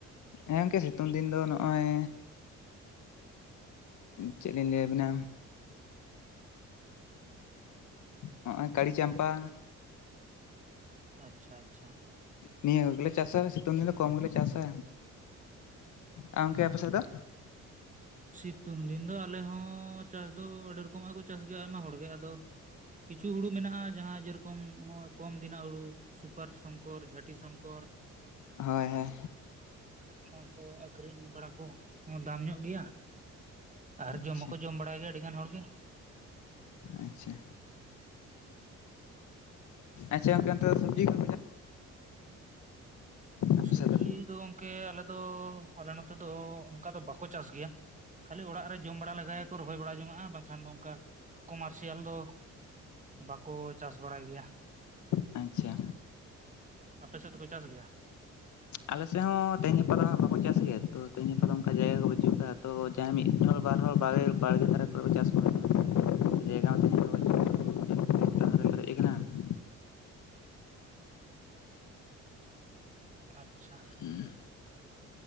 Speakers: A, on the left; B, on the right.
A: ᱦᱮᱸ ᱜᱚᱝᱠᱮ ᱥᱤᱛᱩᱝ ᱫᱤᱱ ᱫᱚ ᱱᱚᱜᱼᱚᱭ ᱪᱮᱫ ᱞᱤᱧ ᱞᱟᱹᱭ ᱟᱵᱤᱱᱟ ᱱᱚᱜᱼᱚᱭ ᱠᱟᱹᱲᱤ ᱪᱟᱢᱯᱟ
B: ᱟᱪᱪᱷᱟ ᱟᱪᱪᱷᱟ᱾
A: ᱱᱤᱭᱟᱹ ᱠᱚᱜᱮ ᱞᱮ ᱪᱟᱥᱟ ᱥᱤᱛᱩᱝ ᱫᱤᱱ ᱫᱚ ᱠᱚᱢ ᱜᱮᱞᱮ ᱪᱟᱥᱟ, ᱟᱨ ᱜᱚᱢᱠᱮ ᱟᱯᱮ ᱥᱮᱫ ᱫᱚ?
B: ᱥᱤᱛᱩᱝ ᱫᱤᱱ ᱫᱚ ᱟᱞᱮ ᱦᱚᱸ ᱪᱟᱥ ᱫᱚ ᱟᱹᱰᱤ ᱨᱚᱠᱚᱢᱟᱜ ᱠᱚ ᱪᱟᱥ ᱜᱮᱭᱟ ᱟᱭᱢᱟ ᱦᱚᱲᱜᱮ ᱟᱫᱚ ᱠᱤᱪᱷᱩ ᱦᱩᱲᱩ ᱢᱮᱱᱟᱜᱼᱟ ᱡᱟᱦᱟᱸ ᱡᱮᱨᱚᱠᱚᱢ ᱱᱚᱜ-ᱚᱭ ᱠᱚᱢ ᱫᱤᱱᱟᱜ ᱦᱩᱲᱩ, ᱥᱩᱯᱟᱨ ᱥᱚᱝᱠᱚᱨ ᱡᱷᱟᱴᱤ ᱥᱚᱝᱠᱚᱨ,
A: ᱦᱳᱭ ᱦᱳᱭ᱾
B: ᱱᱚᱣᱟ ᱠᱚ ᱟᱠᱷᱨᱤᱧ ᱵᱟᱲᱟ ᱠᱚ, ᱱᱚᱣᱟ ᱫᱟᱢ ᱧᱚᱜ ᱜᱮᱭᱟ᱾ ᱟᱨ
A: ᱟᱪᱪᱷᱟ
B: ᱡᱚᱢ ᱦᱚᱸᱠᱚ ᱡᱚᱢ ᱵᱟᱲᱟᱭ ᱜᱮᱭᱟ ᱟᱹᱰᱤ ᱜᱟᱱ ᱦᱚᱲ ᱜᱮ᱾
A: ᱟᱪᱪᱷᱟ, ᱟᱪᱪᱷᱟ ᱜᱚᱝᱠᱮ ᱚᱱᱛᱮ ᱫᱚ ᱥᱚᱵᱡᱤ ᱠᱚ ᱟᱯᱮ
B: ᱥᱚᱵᱡᱤ
A: ᱥᱮᱫ
B: ᱫᱚ ᱜᱚᱝᱠᱮ ᱟᱞᱮ ᱫᱚ ᱟᱞᱮ ᱱᱚᱛᱮ ᱫᱚ ᱚᱱᱠᱟ ᱫᱚ ᱵᱟᱠᱚ ᱪᱟᱥ ᱜᱮᱭᱟ᱾ ᱠᱷᱟᱹᱞᱤ ᱚᱲᱟᱜ ᱨᱮ ᱡᱚᱢ ᱵᱟᱲᱟ ᱞᱮᱟᱜᱟᱭ ᱠᱚ ᱨᱚᱦᱚᱭ ᱵᱟᱲᱟ ᱡᱚᱝᱟᱜᱼᱟ ᱵᱟᱝᱠᱷᱟᱱ ᱫᱚ ᱚᱱᱠᱟ ᱠᱚᱢᱟᱨᱥᱤᱭᱟᱞ ᱫᱚ ᱵᱟᱠᱚ ᱪᱟᱥ ᱵᱟᱲᱟᱭ ᱜᱮᱭᱟ᱾
A: ᱟᱪᱪᱷᱟ᱾
B: ᱟᱯᱮ ᱥᱮᱫ ᱫᱚᱠᱚ ᱪᱟᱥ ᱜᱮᱭᱟ?
A: ᱟᱞᱮ ᱥᱮᱫ ᱦᱚᱸ ᱛᱮᱦᱮᱧ ᱜᱟᱯᱟ ᱫᱚ ᱦᱟᱸᱜ ᱵᱟᱠᱚ ᱪᱟᱥ ᱜᱮᱭᱟ ᱛᱚ ᱛᱮᱦᱮᱧ ᱜᱟᱯᱟ ᱫᱚ ᱚᱱᱠᱟ ᱡᱟᱭᱜᱟ ᱠᱚ ᱵᱟᱹᱪᱩᱜ ᱟᱠᱟᱫ ᱛᱚ ᱡᱟᱦᱟᱸᱭ ᱢᱤᱫ ᱦᱚᱲ ᱵᱟᱨ ᱦᱚᱲ ᱵᱟᱲᱮ ᱵᱟᱲᱜᱮ ᱫᱷᱟᱨᱟ ᱠᱚᱨᱮ ᱠᱚ ᱪᱟᱥ <unintelligible>
B: ᱟᱪᱪᱷᱟ,
A: ᱩᱦᱸ,